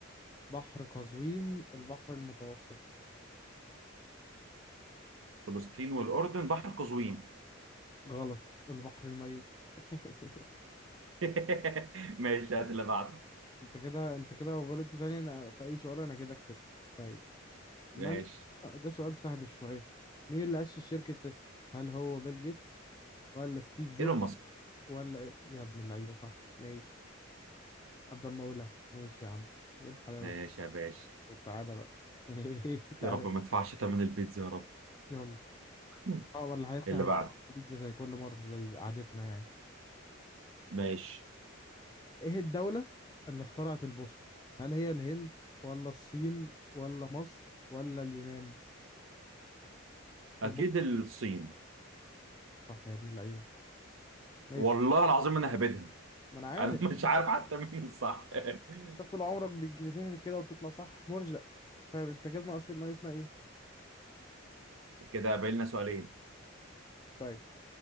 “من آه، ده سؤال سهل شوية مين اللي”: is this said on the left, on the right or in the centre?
Left